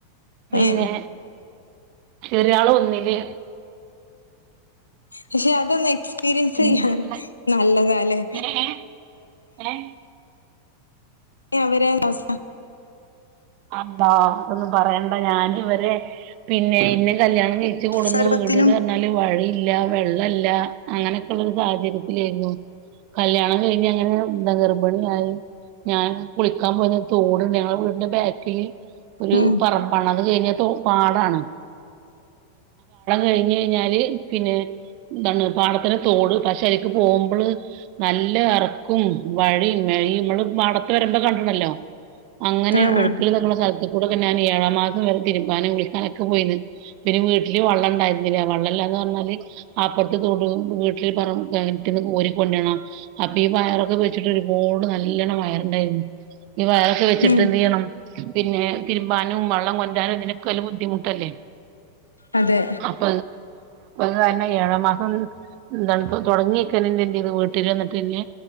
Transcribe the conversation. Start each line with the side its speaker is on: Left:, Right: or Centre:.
Right: പിന്നെ
Left: ഏ
Right: ചെറിയാള് ഒന്നില്
Left: പക്ഷെ അതൊന്ന് എക്സ് എക്സ്പീരിയൻസ്
Right: പിന്നെ
Left: ചെയ്യ
Right: അങ്ങനെ
Left: നല്ലെതാലെ
Right: ഏ ഏ ഏ
Left: ഏഹ് അവരെ അവസ
Right: അള്ളാ അതൊന്നും പറെയണ്ടാ ഞാാനി ഇവരെ പിന്നേ ഇന്നേ കല്ല്യാണം കഴച്ച് കൊട്ന്ന
Left: ചെറുപ്പത്തിലും
Right: വീട്ന്ന് പറഞ്ഞാല് വഴിയില്ലാ വെള്ളെല്ലാ അങ്ങനെക്കെള്ള ഒരു സാഹചര്യത്തിലായിരുന്നു കല്യാണം കഴിഞ്ഞ് അങ്ങനെ ന്ത ഗർഭിണിയായി ഞാൻ കുളിക്കാൻ പോന്ന തോട് ണ്ട് ഞങ്ങളുടെ, വീടിന്റെ ബേക്ക് ഒരു
Left: ഉം
Right: പറമ്പാണ്, അത് കഴിഞ്ഞ ഒരു തോ പാടാണ് കഴിഞ്ഞഞ് കഴിഞ്ഞാല് പിന്നെ എന്താണ് പാടത്തിന്റെ തോട് പക്ഷെ അയിക്ക് പോകുമ്പള് നല്ലെ എറക്കും വഴിയും മെഴനമ്മള് പാടത്ത് വരുമ്പോ കണ്ടട്ടുണ്ടല്ലോ അങ്ങനെ
Left: ആ
Right: വെള്ക്ക്ളെ
Left: ആ
Right: ഇതൊക്കെള്ളെ സ്ഥലത്ത് കൂടൊക്കെ ഞാൻ ഏഴാം മാസം വരെ തിരുമ്പാനും കുളിക്കാനൊക്കെ പോയിന് പിന്നെ വീട്ടില് വള്ളം ഉണ്ടായിരുന്നില്ല, വള്ളം ഇല്ലാന്ന് പറഞ്ഞാല് അപ്പൊർത്തെ തൊടു വീട്ടില് പറമ്പ് ന്ന് കോരി കൊണ്ടരണം അപ്പൊ ഈ വയറൊക്കെ വെച്ചിട്ട് ഒരുപാട് നല്ലോണ്ണം വയറുണ്ടായിരുന്നു. ഈ വയറൊക്കെ വെച്ചിട്ട്
Left: ഉം
Right: എന്ത് എന്തെയ്യണം പിന്നെ തിര്മ്പാനും വള്ളം കൊണ്ടരാനൊക്കെ ഇതിനൊക്കെ വല്ല്യ ബുദ്ധിമുട്ടല്ലേ.
Left: അതേ
Right: <unintelligible> കാരണം ഏഴാമാസം ന്താണ്പ്പം തൊടങ്ങിക്കനെന്നെ ഇല്‌യേ വീട്ടില് ഇങ്ങട്ട്ന്നെ